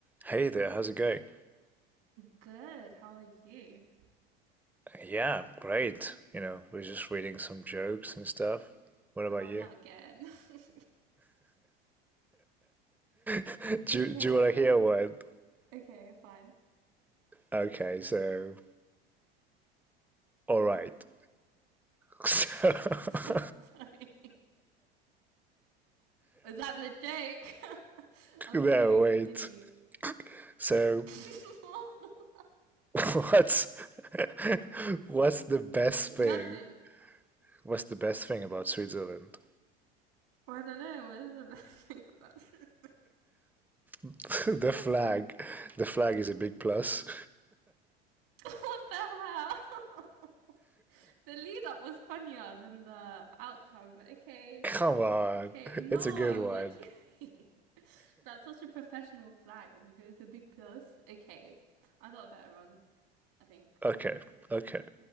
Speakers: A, in the centre; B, on the right.
A: Hey there, how's it going?
B: Good. How are you?
A: Yeah, great. You know, we're just reading some jokes and stuff. What about
B: Oh,
A: you?
B: not again. <laughs>
A: <laughs> Do,
B: Okay.
A: you- do you want to hear one?
B: Okay, fine.
A: Okay, so, all right. <laughs> So,
B: <laughs> Sorry. Was that the joke? <laughs>
A: <laughs>
B: I'm
A: no,
B: sorry.
A: wait.
B: Continue.
A: So,
B: <laughs>
A: <laughs> what's <laughs> what's the best
B: Nothing.
A: thing? What's the best thing about Switzerland?
B: Well, I don't know. What is the <laughs> best thing about this?
A: <laughs> The flag. The flag is a big plus.
B: <laughs> What the hell? <laughs> The lead up was funnier than the outcome. But okay.
A: <laughs> Come on,
B: Okay. No.
A: it's a good one.
B: What do you mean? <laughs> That's such a professional flag, and you go to a big plus. Okay. I got a better one. I think.
A: Okay, okay,